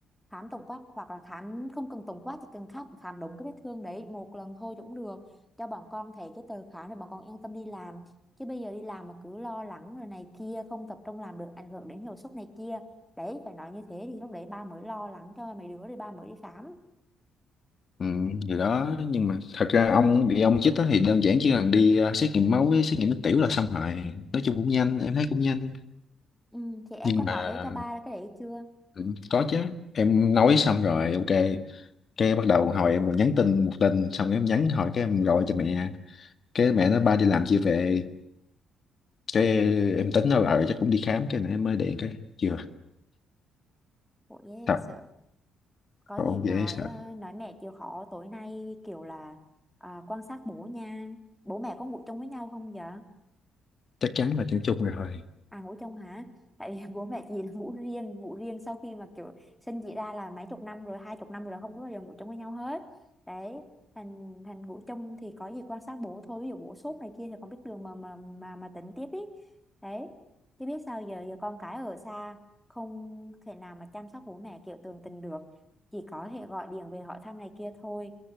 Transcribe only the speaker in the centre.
khám tổng quát hoặc là khám không cần tổng quát chỉ cần khám khám đúng cái vết thương đấy một lần thôi cũng được cho bọn con thấy cái tờ khám để bọn con yên tâm đi làm chứ bây giờ đi làm mà cứ lo lắng rồi này kia không tập trung làm được ảnh hưởng đến hiệu suất này kia đấy phải nói như thế thì lúc đấy ba mới lo lắng cho mấy đứa rồi ba mới đi khám
ừ, thì em
có nói
cho ba cái đấy chưa
ừ,
bộ ghê
sợ có
gì nói
ờ, nói mẹ chịu khó tối nay kiểu là à, quan sát bố nha bố mẹ có ngủ chung với nhau không vậy
À ngủ chung hả? Tại vì <laughs> bố mẹ chị là ngủ riêng, ngủ riêng sau khi mà kiểu sinh chị ra là mấy chục năm rồi, hai chục năm rồi là không có bao giờ ngủ chung với nhau hết. Đấy, thành thành ngủ chung thì có gì quan sát bố thôi, ví dụ bố sốt này kia thì con biết đường mà mà mà mà tỉnh tiếp ý. Đấy. Chứ biết sao giờ giờ con cái ở xa không thể nào mà chăm sóc bố mẹ kiểu tường tình được, chỉ có thể gọi điện về hỏi thăm này kia thôi.